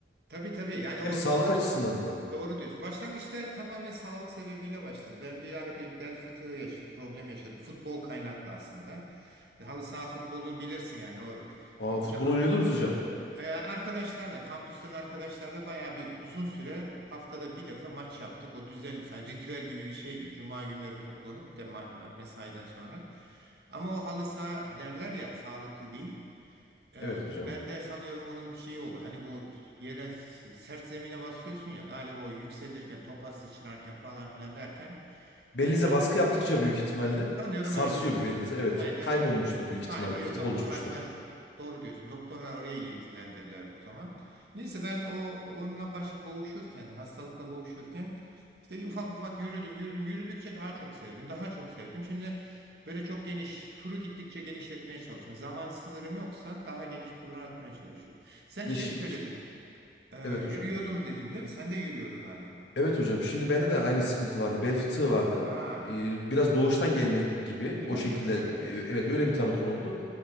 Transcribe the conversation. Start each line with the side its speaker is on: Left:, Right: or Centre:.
Right: tabii tabii yani
Left: Hem
Right: o
Left: sağlık açısından da.
Right: doğru diyorsun. Başlangıçta tamamen sağlık sebebiyle başladı. Ben bir ara bir bel fıtığı yaşadım, problem yaşadım. Futbol kaynaklı aslında. Halı saha futbolunu bilirsin yani o
Left: Aa
Right: bir-
Left: futbol oynuyordunuz hocam.
Right: ee, arkadaşlarla, kampüsten arkadaşlarla bayağı bir uzun süre haftada bir defa maç yaptık. O düzen, yani ritüel gibi bir şeydi. Cuma günleri toplanıp de ma- ma- mesaiden sonra. Ama o halı saha derler ya sağlıklı değil. Ee,
Left: Evet hocam.
Right: ben de sanıyorum onun bir şeyi oldu. Hani bu yere s- sert zemine basıyorsun ya galiba o yükselirken, topa sıçrarken falan filan derken
Left: Belinize
Right: ben
Left: baskı yaptıkça büyük ihtimalle
Right: Sanıyorum
Left: sarsıyor
Right: öyle oldu.
Left: bir belinize. Evet
Right: Aynen
Left: kayma
Right: öyle
Left: olmuştur
Right: bir.
Left: büyük
Right: Galiba
Left: ihtimalle
Right: öyle.
Left: fıtık
Right: Doktorlar
Left: oluşmuştur.
Right: falan doğru diyorsun. Doktorlar oraya ilintilendirdiler o zaman. Neyse ben o onunla başı boğuşurken, hastalıkla boğuşurken işte ufak ufak yürüdüm, yürüdüm. Yürüdükçe daha çok sevdim, daha çok sevdim. Şimdi böyle çok geniş, turu gittikçe genişletmeye çalışıyorum. Zaman sınırım yoksa daha geniş turlar atmaya çalışıyorum. Sen
Left: Ya
Right: şey
Left: şi-
Right: söyledin, e,
Left: Evet hocam.
Right: yürüyordum dedin değil mi? Sen de yürüyordun galiba.
Left: Evet hocam. Şimdi bende de aynı sıkıntı vardı. Bel fıtığı vardı.
Right: Ha,
Left: Ee, biraz doğuştan gelme gibi.
Right: öyle
Left: O şekilde
Right: mi? Ha.
Left: e, evet öyle bir tanı konuldu.